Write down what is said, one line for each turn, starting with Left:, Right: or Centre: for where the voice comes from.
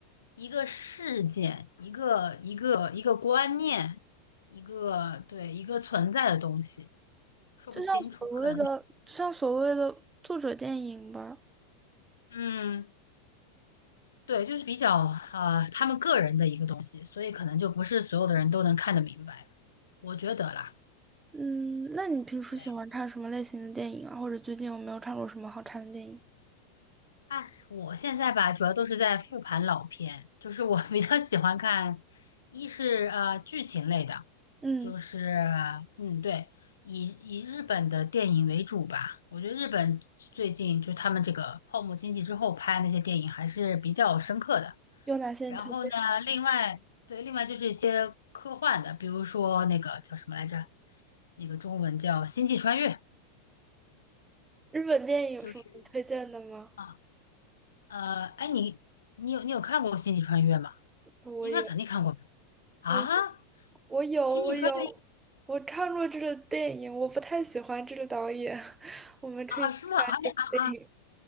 Left: 一个事件，一个一个一个观念，一个对一个存在的东西，说不清楚，
Right: 就像所谓的，
Left: 可能
Right: 就像所谓的作者电影吧。
Left: 嗯。对，就是比较呃他们个人的一个东西，所以可能就不是所有的人都能看得明白，我觉得啦。
Right: 嗯，那你平时喜欢看什么类型的电影啊？
Left: 对，
Right: 或者最近有没有看过什么好看的电影？
Left: 哎，我现在吧，主要都是在复盘老片，就是我 <laughs> 比较喜欢看，一是呃剧情类的，
Right: 嗯，
Left: 就是嗯对，以以日本的电影为主吧。我觉得日本最近就他们这个泡沫经济之后拍的那些电影还是比较深刻的。
Right: 有哪些你推荐？
Left: 然后呢，另外对，另外就是一些科幻的，比如说那个叫什么来着，那个中文叫《星际穿越》，
Right: 日本电影有什么你推荐的吗？
Left: 就是啊，呃，哎，你你有你有看过《星际穿越》吗？
Right: 我有，
Left: 应该肯定看过吧啊，
Right: 我有，我有，
Left: 《星际穿越》
Right: 我有，我看过这个电影，我不太喜欢这个导演。<laughs> 我们可以不
Left: 啊，啊是吗？而且啊，
Right: 电影，